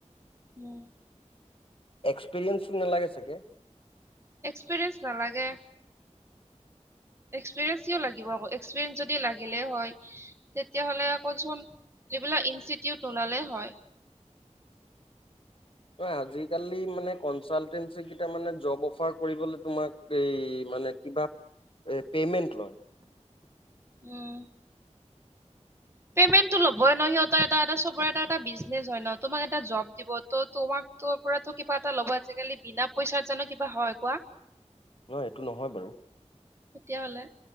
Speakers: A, on the right; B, on the left.
A: উম।
B: এক্সপিৰিয়েঞ্চ নালাগে চাগে?
A: এক্সপিৰিয়েঞ্চ নালাগে। এক্সপিৰিয়েঞ্চ কিয় লাগিব আকৌ, এক্সপিৰিয়েঞ্চ যদি লাগিলে হয় তেতিয়াহলে আকৌচোন! যিবিলাক ইনষ্টিটিউট নোলালে হয়।
B: অই আজি কালি মানে কনচালটেঞ্চি কেইটা মানে জব অফাৰ কৰিবলৈ তোমাক এই মানে কিবা পেমেন্ট লয়।
A: উম পেমেন্টটো ল'বই ন সিহঁতৰে এটা এটা চবৰে বিজনেচ হয় ন তোমাক এটা জব দিব ত তোমাক- তোমাৰ পৰা তো কিবা এটা ল'ব, আজিকালি বিনা পইচাত জানো কিবা হয় কোৱা?
B: নহয় এইটো নহয় বাৰু
A: তেতিয়া হলে